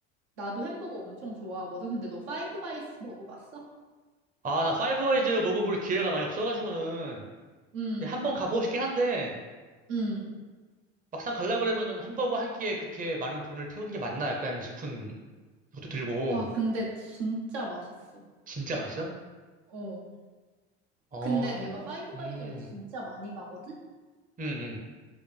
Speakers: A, on the right; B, on the right.
A: 나도 햄버거 엄청 좋아하거든. 근데 너 파이브 가이스 먹어봤어?
B: 아, 나 파이브와이즈 먹어볼 기회가 많이 없어가지고는.
A: 응,
B: 근데 한번 가보고 싶긴 한데,
A: 응.
B: 막상 갈라 그러면은 햄버거 한 끼에 그렇게 많은 돈을 태우는 게 맞나 약간 싶은 것도 들고.
A: 와, 근데 진짜 맛있어.
B: 진짜 맛있어?
A: 어.
B: 어,
A: 근데
B: 한번.
A: 내가 파이브
B: 음,
A: 가이즈를 진짜 많이 가거든?
B: 음, 음.